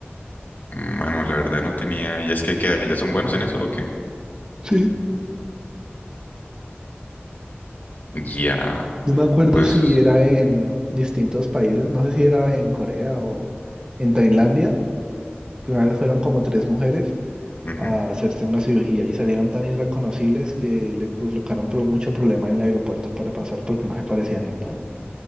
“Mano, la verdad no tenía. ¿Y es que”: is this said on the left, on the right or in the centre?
Left